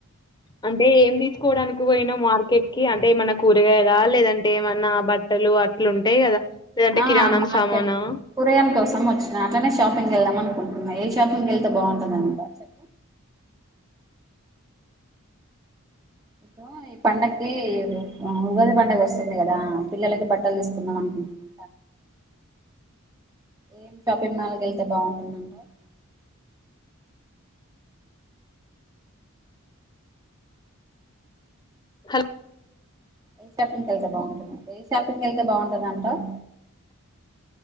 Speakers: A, on the left; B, on the right.
A: అంటే ఏం తీసుకోవడానికో పోయినవ్ మార్కెట్ కి అంటే ఏమన్నా కూరగాయలా లేదంటే ఏమన్నా బట్టలు అటిలుంటాయి కదా లేదంటే
B: ఆ
A: కిరాణం
B: మార్కెట్
A: సామానా
B: కూరగాయల్ కోసం వచ్చిన అట్లనే షాపింగ్కి చేయడానిక్ అనుకుంటున్నా ఏ షాపింగ్ వెళ్తే బాగుంటుందని చెప్ప ఇప్పుడు ఈ పండక్కి ఉగాది పండగ వస్తుంది కదా పిల్లలకి బట్టలు తీసుకుందాం అనుకుంటున్నా ఏం షాపింగ్ మాల్కి వెళ్తే బాగుంటుందంటవ్
A: హాల్
B: ఏ షాపింగ్కి వెళ్తే బాగుంటుంది ఏ షాపింగ్ వెళ్తే బాగుంటుందంటవ్